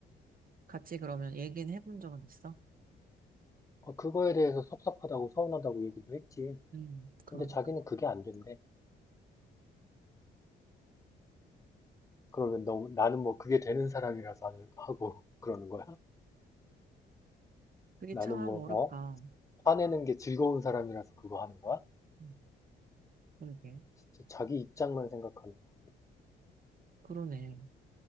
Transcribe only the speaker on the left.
어, 그거에 대해서 섭섭하다고 서운하다고 얘기도 했지.
근데 자기는 그게 안 된대. 그러면 너, 나는 뭐 그게 되는 사람이라서 하는- 하고 <laughs> 그러는 거야?
나는
뭐,
어? 화내는 게 즐거운 사람이라서 그거 하는 거야?
진짜 자기 입장만 생각하는 거야.